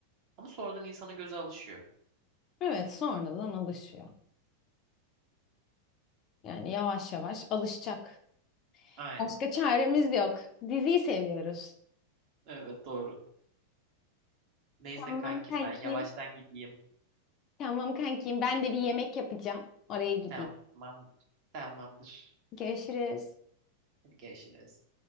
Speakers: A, on the right; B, on the left.
A: Ama sonradan insanın göze alışıyor.
B: Evet, sonradan alışıyor. Yani yavaş yavaş alışacak.
A: Aynen.
B: Başka çaremiz yok. Diziyi seviyoruz.
A: Evet doğru. Neyse
B: Tamam
A: kankim
B: kankim.
A: ben yavaştan gideyim.
B: Tamam kankim. Ben de bir yemek yapacağım. Oraya gideyim.
A: Tamam. Tamamdır.
B: Görüşürüz.
A: Hadi görüşürüz.